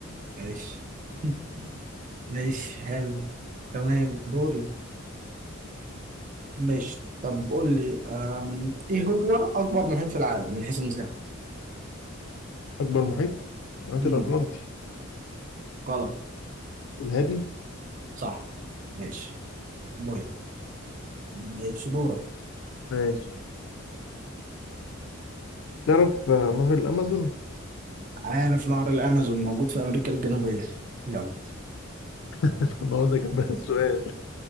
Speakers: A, on the right; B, on the left.
A: ماشي <laughs> ماشي حلو تمام دوري ماشي طب قول لي آم، إيه هو أكبر محيط في العالم من حيث المساحة؟
B: أكبر محيط المحيط
A: مم،
B: الأطلنطي
A: غلط
B: الهادي
A: صح ماشي بويا ماشي دورك
B: ماشي تعرف آه، نهر الأمازون؟
A: عارف نهر الأمازون موجود في أمريكا الجنوبية يلا
B: <laughs> ما هو ده كان بقى السؤال